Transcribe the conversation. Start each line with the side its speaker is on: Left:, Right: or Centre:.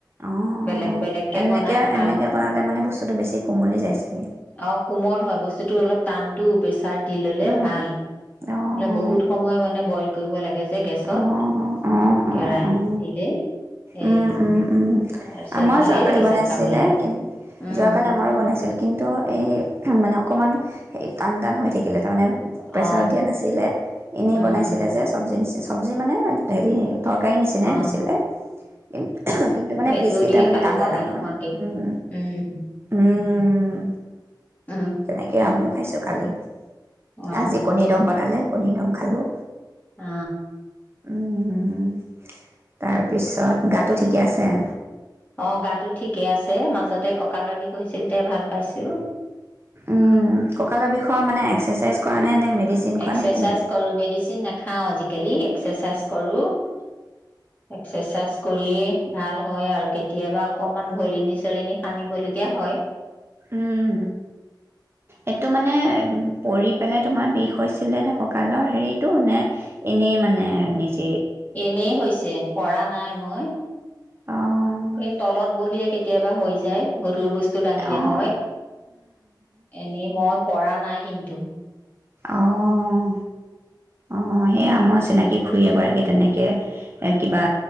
Right: অ',
Left: বেলেগ বেলেগকে
Right: এনেকে
Left: বনাই খাওঁ।
Right: এনেকে বনালে মানে বস্তুটো বেছি কোমলি যায় চাগে।
Left: অ, কোমল হয় বস্তুটো অলপ টানটো প্ৰে <unintelligible> দি ললে
Right: উম,
Left: ভাল।
Right: অ',
Left: বহুত সময় মানে বইল কৰিব লাগে যে গেছত,
Right: অ', অ',
Left: কেৰাহিত
Right: অ', অ'।
Left: দিলে এই
Right: উম, উম, উম,
Left: তাৰপিছত
Right: আমাৰো
Left: ভালেই
Right: যোৱাকালি
Left: লাগিছে
Right: বনাইছিলে
Left: খাবলৈ
Right: কি <unintelligible>
Left: উম
Right: যোৱাকালি আমাৰো বনাইছিল কিন্তু এই মানে অকণমান সেই টান টান হৈ থাকিলে তাৰমানে প্ৰেছাৰত
Left: অ
Right: দিয়া নাছিলে এনেই
Left: উম
Right: বনাইছিলে যে সবজি নিছি চ সবজি মানে হেৰী তৰকাৰী নিচিনাই
Left: অ
Right: হৈছিলে কি <unintelligible> কিন্তু মানে পিচকেইটা
Left: দৈ দিয়েই
Right: মানে
Left: খালোঁ
Right: ডাঙৰ
Left: দালি
Right: ডাঙৰ
Left: নুহুৱাকেই,
Right: উম,
Left: উম।
Right: উম
Left: উম
Right: তেনেকে আমিও খাইছো কালি।
Left: অ
Right: আজি কণীৰ দম বনালে। কণীৰ দম খালোঁ।
Left: অ
Right: উম তাৰপিছত গাতো ঠিকে আছে?
Left: অ গাতো ঠিকেই আছে মাজতে কঁকালৰ বিষ হৈছিল তে ভাল পাইছো।
Right: উম ককালৰ বিষৰ মানে এক্সাৰচাইজ কৰা নে নে মেডিচিন খোৱা
Left: এক্সাৰচাইজ
Right: নে কি
Left: কৰো মেডিচিন নাখাও আজিকালি এক্সাৰচাইজ কৰোঁ। এক্সাৰচাইজ কৰিয়ে ভাল হয় আৰু কেতিয়াবা অকণমান ভলিনী চলিনী সানিবলগীয়া হয়।
Right: উম এইটো মানে পৰি পেনে তোমাৰ বিষ হৈছিলেনে কঁকালৰ হেৰিটো নে এনেই মানে নিজে
Left: এনেই হৈছে কৰা নাই মই।
Right: অঁ
Left: এই তলত বহিলে কেতিয়াবা হৈ <unintelligible> গধুৰ <unintelligible> দাঙিলে
Right: অঁ
Left: হয়, এনেই মই পৰা নাই কিন্তু।
Right: অঁ। অ সেইয়া আমাৰ চিনাকি খুৰী এগৰাকী তেনেকে এ কিবা